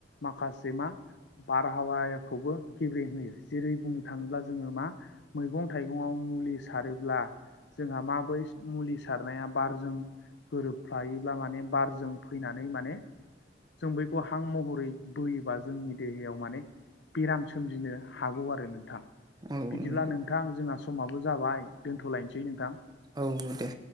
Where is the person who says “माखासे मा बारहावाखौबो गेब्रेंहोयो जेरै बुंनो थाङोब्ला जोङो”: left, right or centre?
Left